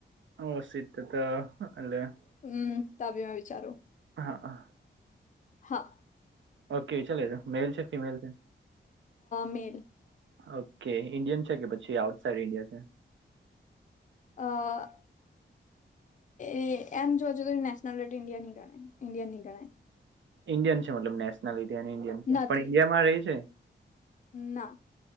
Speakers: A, on the right; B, on the left.
A: હરશીત તો તા આલ્યા.
B: હમ્મ, તાબીમાં વિચારો.
A: હા હા.
B: હા.
A: ઓકે ચલે, મેલ છે ફિમેલ છે?
B: મેલ
A: ઓકે ઇન્ડિયન છે કે પછી આઉટ સાઇડ ઇન્ડિયા છે?
B: અ એ એમ જોવા છો નેશનલ આર્ટ ઇન્ડિયા ની ગણાય ઇન્ડિયા ની ગણાય.
A: ઈન્ડિયન છે મતલબ નેશનલિટી અને ઇન્ડિયન છે
B: નથી
A: પણ ઈન્ડિયામાં રહે છે?
B: ના.